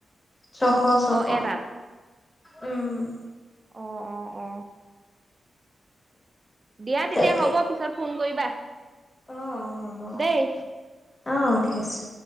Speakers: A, on the left; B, on the right.
A: ছশ-ছশ।
B: অ এটাত
A: উম
B: অহ অ' অ'। দিয়া তেতিয়া
A: তাকে
B: হ'ব পিছত ফোন কৰিবা।
A: অ, অ, হ'ব অ,
B: দেই
A: অ, অ' ঠিক আছে।